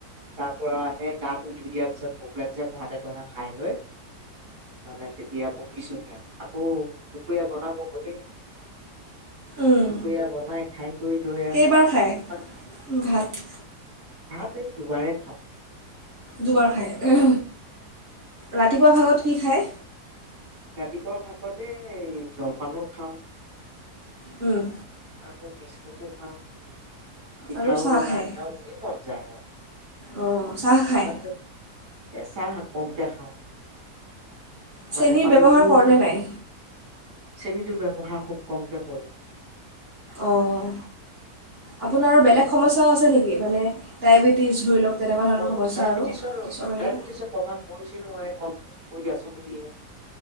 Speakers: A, on the right; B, on the right.
A: তাৰ পৰা হে গাটো ধুই দিয়াৰ পিছত ভোক লাগিছে ভাত এগহা খাই লৈ মানে তেতিয়া বহিছোঁ হি আৰু আকৌ দুপৰীয়া বনাব হ'লেই।
B: উম।
A: দুপৰীয়া বনাই খাই কৈ লৈ আৰু
B: কেইবাৰ খাই
A: অকমান
B: ভাত?
A: ভাত এই দুবাৰে খাওঁ।
B: দুবাৰ খায়, ৰাতিপুৱা ভাগত কি খায়?
A: ৰাতিপুৱা ভাগত এই জলপানো খাওঁ।
B: উম
A: আকৌ বিস্কুতো খাওঁ, পিঠাও
B: আৰু চাহ
A: বনাই
B: খায়
A: খাওঁ, যি মন যায় আৰু।
B: অঁ চাহ খায়
A: তাৰপিছত এ চাহ কমকে খাওঁ।
B: চেনি
A: মানে পানী
B: ব্যৱহাৰ
A: দিও
B: কৰেনে
A: খাওঁ
B: নাই
A: চেনটো ব্যৱহাৰ খুব কমকে কৰোঁ।
B: অঁ আপোনাৰ বেলেগ সমস্যাও আছে নেকি মানে ডায়েবেটিছ ধৰি লওক তেনেকুৱা ধৰণৰ
A: অ
B: সমস্যা
A: ডায়েবেটিছৰ
B: আৰু
A: ডায়েবেটিছৰ
B: গেছৰ বাহিৰেও
A: প্ৰভাৱ পৰিছিল নহয় কন্ট্ৰল কৰি আছোঁ বুলিহে।